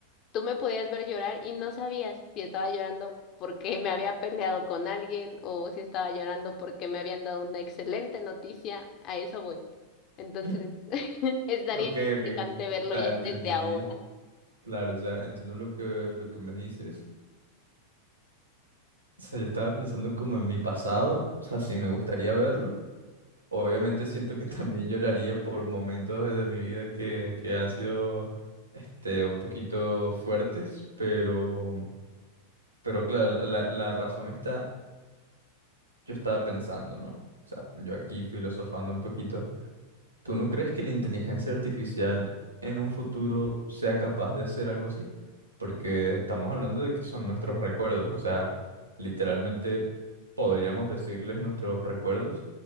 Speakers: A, on the left (about 35°); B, on the right (about 85°).
A: Tú me podías ver llorar y no sabías si estaba llorando porque me había peleado con alguien o si estaba llorando porque me habían dado una excelente noticia. A eso voy. Entonces,
B: <laughs>
A: <laughs> estaría
B: Ok,
A: interesante
B: ok.
A: verlo
B: O sea,
A: ya
B: entendí.
A: desde ahora.
B: Claro, o sea, entiendo lo que, lo que me dices. O sea, yo estaba pensando como en mi pasado, o sea, si me gustaría verlo. Obviamente siento que <laughs> también lloraría por momentos de, de mi vida que, que han sido este, un poquito fuertes, pero, pero claro, la, la razón está, yo estaba pensando, ¿no? O sea, yo aquí filosofando un poquito ¿Tú no crees que la inteligencia artificial en un futuro sea capaz de hacer algo así? Porque estamos hablando de que son nuestros recuerdos, o sea, literalmente podríamos decirles nuestros recuerdos